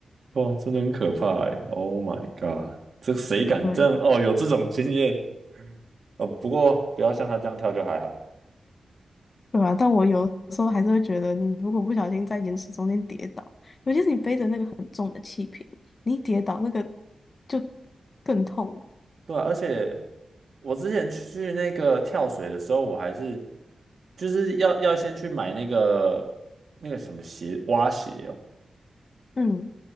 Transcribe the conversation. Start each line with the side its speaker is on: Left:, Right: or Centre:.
Right: 哇，真的很可怕哎！Oh my god，这谁敢这样？
Left: 对，
Right: 哦，有这种经验，呃，不过不要像他这样跳就还好。
Left: 对啊，但我有时候还是会觉得，你如果不小心在岩石中间跌倒，尤其是你背着那个很重的气瓶，你一跌倒那个就更痛。
Right: 对啊，而且我之前去那个跳水的时候，我还是就是要要先去买那个那个什么鞋，蛙鞋哦，
Left: 嗯，